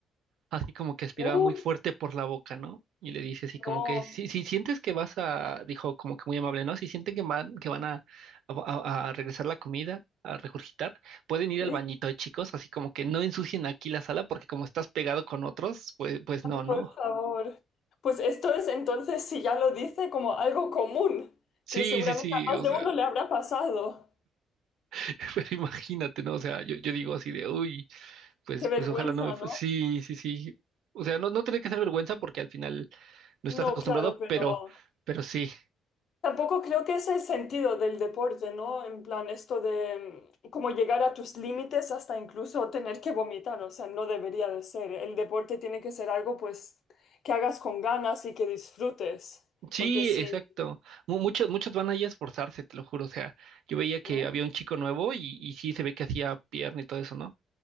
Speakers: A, on the right; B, on the left.
A: así como que aspiraba
B: Uh,
A: muy fuerte por la boca, ¿no? Y le dice así como
B: no.
A: que, si, si sientes que vas a, dijo como que muy amable, ¿no? Si sienten que van, que van a, a, a- a regresar la comida, a regurgitar, pueden ir
B: Sí.
A: al bañito, eh, chicos, así como que no ensucien aquí la sala porque como estás pegado con otros, pues, pues no, no.
B: Por favor. Pues esto es entonces, si ya lo dice, como algo común,
A: Sí,
B: que seguramente
A: sí, sí,
B: a
A: o
B: más de
A: sea,
B: uno le habrá pasado.
A: <laughs> pero imagínate, ¿no? O sea, yo, yo digo así de, uy, pues,
B: Qué
A: pues
B: vergüenza,
A: ojalá no me... fu-".
B: ¿no?
A: Sí, sí, sí. O sea, no, no tiene que ser vergüenza porque al final no estás
B: No,
A: acostumbrado,
B: claro, pero
A: pero, pero sí.
B: tampoco creo que es el sentido del deporte, ¿no? En plan, esto de mm, como llegar a tus límites hasta incluso tener que vomitar, o sea, no debería de ser. El deporte tiene que ser algo, pues, que hagas con ganas y que disfrutes,
A: Sí,
B: porque si...
A: exacto. Mu- Muchos, muchos van ahí a esforzarse, te lo juro. O sea, yo veía que
B: Ujú,
A: había un chico nuevo y, y sí se ve que hacía pierna y todo eso, ¿no?